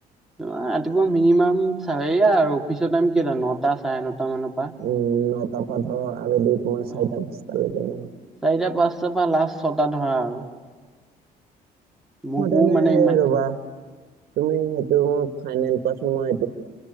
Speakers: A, in the centre; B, on the right.
A: ৰাতিপুৱা মিনিমাম চাৰেয়া আৰু অফিচৰ টাইম কেটা, নটা, চাৰে নটা মানৰ পৰা।
B: উম নটা পৰা ধৰ আৰু <unintelligible>
A: অ
B: চাৰিটা পাঁচটালৈকে, উম।
A: চাৰিটা পাঁচটাৰ পৰা লাষ্ট ছটা ধৰা আৰু। মোকো
B: সুধা নাই
A: মানে ইমান
B: ৰবা। তুমি সেইটো ফাইনেল পাইছো, মই